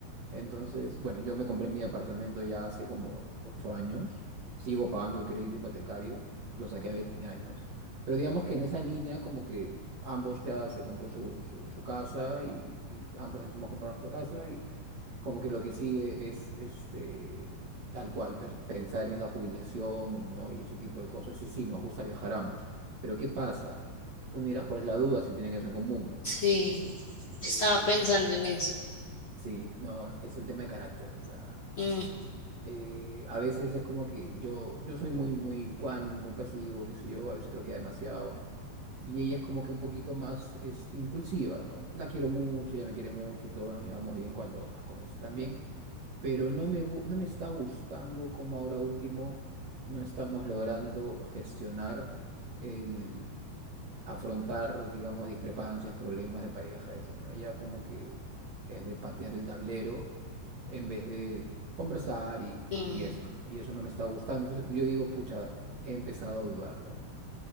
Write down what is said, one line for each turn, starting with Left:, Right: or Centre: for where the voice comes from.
Right: Entonces, bueno, yo me compré mi apartamento ya hace como ocho años, sigo pagando el crédito hipotecario, lo saqué a 20 años, pero digamos que en esa línea como que ambos ya se compró su, su, su casa y, y ambos nos hemos comprado nuestra casa y como que lo que sigue es este, tal cual, per- pensar en la jubilación, ¿no? Y ese tipo de cosas. Y sí, nos gusta viajar ambos, pero ¿qué pasa? Tú me dirás cuál es la duda si tienen eso en común, ¿no?
Left: Sí, estaba
Right: Eh,
Left: pensando en eso.
Right: Sí, no, es el tema de carácter, o sea,
Left: Mm,
Right: eh, a veces es como que yo, yo soy muy, muy ecuánime, muy pasivo, qué sé yo, a veces creo que ya demasiado. Y ella es como que un poquito más este, impulsiva, ¿no? La quiero mucho, ella me quiere mucho y todo, nos llevamos bien cuando las cosas están bien, pero no me, gu- no me está gustando como ahora último no estamos logrando gestionar el afrontar, digamos, discrepancias, problemas de pareja, eso, ¿no? Ella como que es de patear el tablero en vez de conversar y,
Left: mm.
Right: y- y eso, ¿no? Y eso no me está gustando. Entonces pues, yo digo, pucha, he empezado a dudarlo, ¿no?